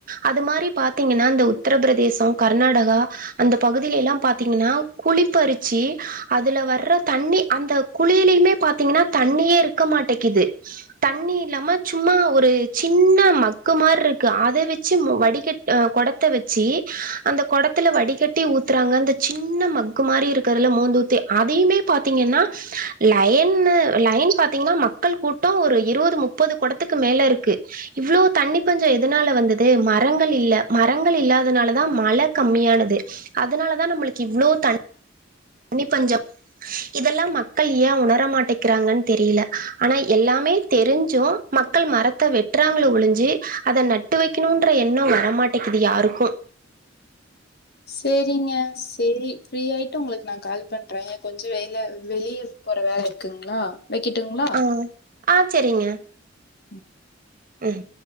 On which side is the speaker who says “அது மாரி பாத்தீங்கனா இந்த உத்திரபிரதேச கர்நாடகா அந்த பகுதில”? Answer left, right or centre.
Right